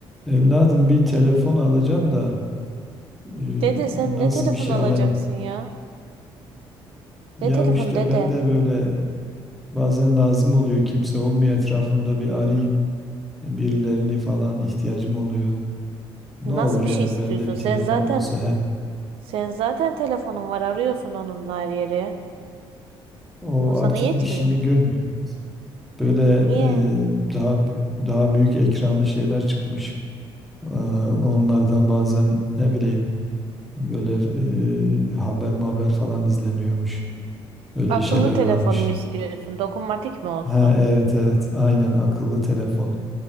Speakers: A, in the centre; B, on the right (about 75°).
A: Evladım bir telefon alacağım da e,
B: Dede sen
A: nasıl
B: ne telefon
A: bir şey
B: alacaksın
A: alayım?
B: ya?
A: Ya
B: Ne telefon
A: işte
B: dede?
A: ben de böyle bazen lazım oluyor kimse olmuyor etrafımda bir arayayım birilerini falan ihtiyacım oluyor. Ne
B: Nasıl
A: olur
B: bir
A: yani
B: şey istiyorsun?
A: ben de bir
B: Sen
A: telefonum
B: zaten
A: olsa her
B: sen zaten telefonun var arıyorsun onunla her yere.
A: o
B: O sana
A: artık
B: yetmiyor
A: işimi
B: mu?
A: görmüyor kız. Böyle
B: Niye?
A: e, daha b- daha büyük ekranlı şeyler çıkmış. Ee, onlardan bazen ne bileyim böyle e, haber maber falan izleniyormuş. Öyle
B: Akıllı
A: şeyler
B: telefon
A: varmış.
B: mu istiyorsun? Dokunmatik mi olsun?
A: Ha, evet evet aynen akıllı telefon.